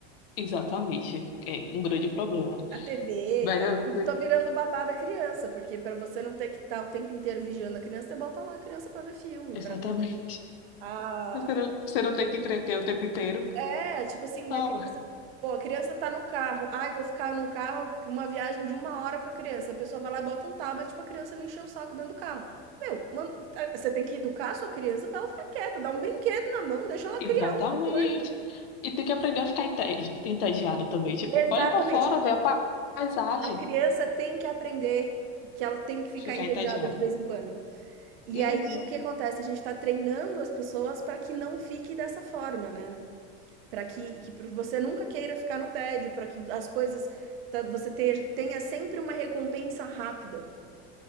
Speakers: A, on the left (about 60°); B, on the right (about 60°).
A: exatamente. É um grande problema.
B: A TV
A: Mas
B: e tal,
A: eu,
B: tudo
A: te-
B: tá virando babá da criança, porque para você não ter que estar o tempo inteiro vigiando a criança, você bota lá a criança para ver filme,
A: exatamente.
B: para ver a
A: Você não, você não tem que entreter o tempo inteiro.
B: É, tipo assim,
A: Tá
B: a criança pô, a criança tá no carro. "Ai, vou ficar num carro uma viagem de uma hora com a criança". A pessoa vai lá e bota um tablet pra criança não encher o saco dentro do carro. Meu, man eh, você tem que educar a sua criança pra ela ficar quieta, dá um brinquedo na mão, deixa ela
A: Exatamente.
B: criar alguma coisa.
A: E tem que aprender a ficar ente- entediada também. Tipo,
B: Exatamente.
A: olha pra fora, vê a pa- paisagem,
B: A criança tem que aprender que ela tem que ficar
A: ficar
B: entediada
A: entediada.
B: de vez em quando. E
A: Uhum.
B: aí, o que acontece? A gente tá treinando as pessoas pra que não fique dessa forma, né. para que que pra você nunca queira ficar no tédio, para que as coisas ta você te tenha sempre uma recompensa rápida.